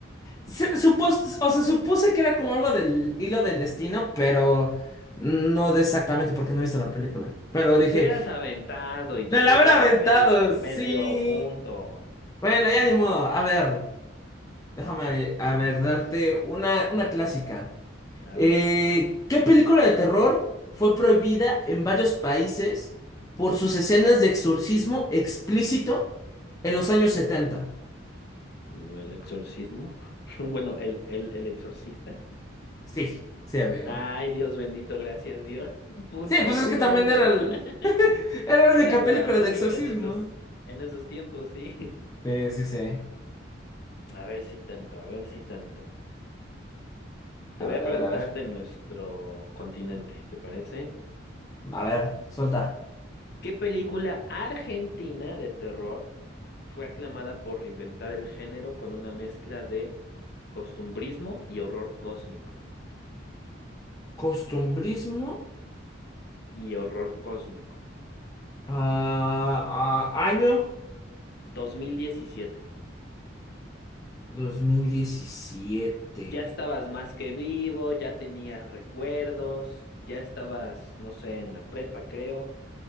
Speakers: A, on the left; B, on the left.
A: Se- supos- o sea, supuse que era como algo del hilo del destino, pero no de exactamente porque no he visto la película. Pero
B: Pues
A: dije,
B: tú hubieras aventado y
A: me
B: chance
A: la habrá
B: te daba
A: aventado.
B: medio, medio
A: Sí.
B: punto.
A: Bueno, ya ni modo. A ver, déjame,
B: A
A: a
B: ver,
A: ver,
B: pues,
A: darte una, una clásica.
B: a
A: Eh,
B: ver,
A: ¿qué película de terror fue prohibida en varios países por sus escenas de exorcismo explícito en los años 70?
B: mm, el exorcismo. <laughs> Bueno, el, el, el exorcista.
A: Sí, sí, amigo.
B: Ay, Dios bendito, gracias Dios. <laughs> Punto,
A: Sí, pues es
B: uno,
A: que también
B: uno.
A: era, el-
B: <laughs>
A: era la
B: Era
A: única
B: la
A: película
B: única
A: de exorcismo.
B: en esos, en esos tiempos, sí.
A: Sí, sí, sí.
B: <laughs> A ver si tanto, a ver si tanto. Te
A: A
B: voy
A: ver,
B: a
A: a
B: preguntar
A: ver, a ver.
B: de nuestro continente, ¿te parece?
A: A ver, suelta.
B: ¿Qué película argentina de terror fue aclamada por reinventar el género con una mezcla de costumbrismo y horror cósmico?
A: Costumbrismo.
B: Y horror cósmico.
A: Ah, ah, año
B: 2017.
A: dos mil diecisiete.
B: Ya estabas más que vivo, ya tenías recuerdos, ya estabas, no sé, en la prepa, creo,